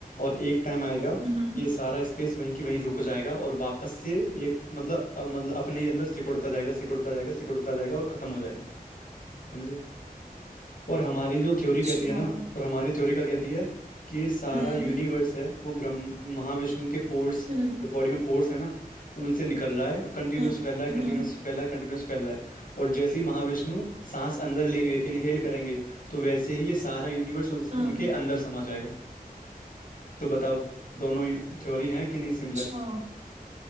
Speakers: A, on the left; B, on the right.
A: और एक टाइम आएगा कि
B: हम्म हम्म
A: ये सारा स्पेस वहीं की वहीं रुक जाएगा और वापस से एक मतलब अ, मतलब अपने ही अंदर सिकुड़ता जाएगा सिकुड़ता जाएगा सिकुड़ता जाएगा और खत्म हो जाएगा समझे और हमारी जो थ्योरी
B: अच्छा,
A: कहती है ना और हमारी थ्योरी क्या कहती है कि ये सारा
B: हम्म
A: यूनिवर्स है वो ब्रह्म महाविष्णु के पोर्स
B: हम्म
A: जो बॉडी में पोर्स है ना उनसे निकल रहा है और कंटिन्यूस
B: हम्म
A: फैल रहा है कंटिन्यूस
B: हम्म
A: फैल रहा है कंटिन्यूस फैल रहा है और जैसे ही महाविष्णु सांस अंदर लेंगे इनहेल करेंगे तो वैसे ही ये सारा यूनिवर्स उस-
B: हम्म,
A: उनके अंदर समा जाएगा तो बताओ दोनों थ्योरी है कि नहीं
B: अच्छा
A: सिमिलर